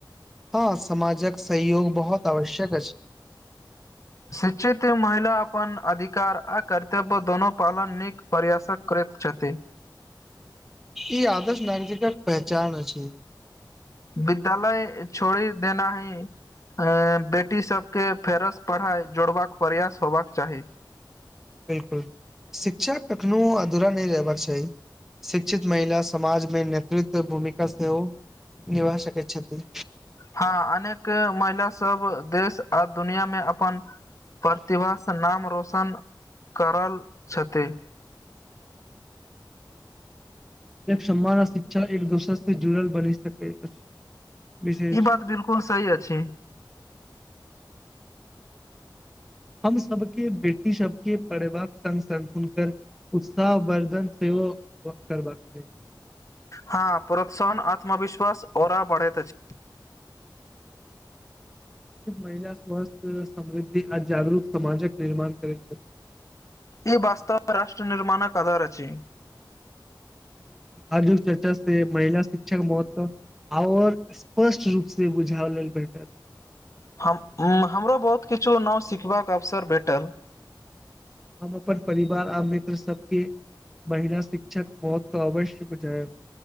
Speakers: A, in the centre; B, on the left.
A: हँ समाजक सहयोग बहुत आवश्यक छै
B: शिक्षित महिला अपन अधिकार आ कर्तव्य दोनो पालन प्रयासक करैत छथि
A: ई आदर्श नागरिकक पहचान अछि
B: विद्यालय छोड़ि देना ही अ बेटी सब के फेरस पढ़ाई जोड़बाक प्रयास होबाक चाहि
A: बिलकुल शिक्षा कखनो अधूरा नहि रहबाक चाहि शिक्षित महिला समाजमे नेतृत्व भूमिका सेहो निभा सकैत छथिन
B: हँ अनेक महिला सब देश आ दुनिया मे अपन प्रतिभासँ नाम रौशन करल छथि
A: सम्मान आ शिक्षा एक दोसर से जुड़ल बनी सकैत अछि विशेष
B: ई बात बिलकुल सही अछि
A: हम सभके बेटी सबके पढ़ेबाक संग संग हुनकर उत्साह वर्धन सेहो करबाक चाहि
B: हँ प्रोत्साहन आत्मविश्वास ओरा बढ़ैत अछि
A: महिला स्वस्थ समृद्धि आ जागरूक समाजक निर्माण करैत छै
B: ई वास्तव राष्ट्र निर्माणक अधार अछि
A: आधुनिक चर्चा से महिला शिक्षा महत्व और स्पष्ट रूप से बुझाव लेल भेटल
B: हम हमरो बहुत किछु नाव सिखबाक अवसर भेटल
A: ओकर परिवार आ मित्र सबके महिला शिक्षक महत्व अवश्य बुझएब